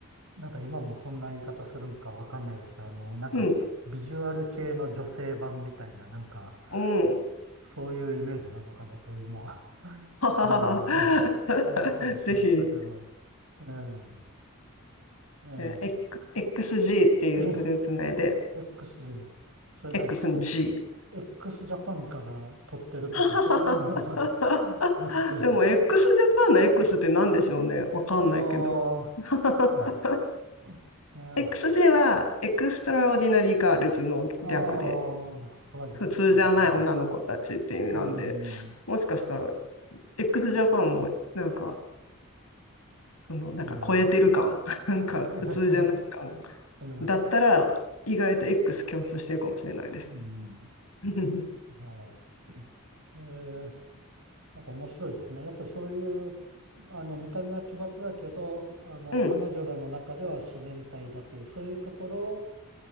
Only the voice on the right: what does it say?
なんか今もそんな言い方するんかわかんないです。あの、なんかビジュアル系の女性版みたいな、
なんか
そういうイメージなのかなと今、<laughs>
ねえ、<laughs> 思ったりしましたけど、
ええ、え
え、<laughs> X、それなに、
X ジャパンから撮ってるとかそういうのでは
なくて、<laughs>
いやー、
<laughs> あいやー、
ああ、はい、
X で、うん、
うん。
<laughs> うん。
うん。
おえー、なんか面白いですね。やっぱりそういう、あの、見た目は奇抜だけど、あの、
彼女らの中では自然体だという、そういうところを、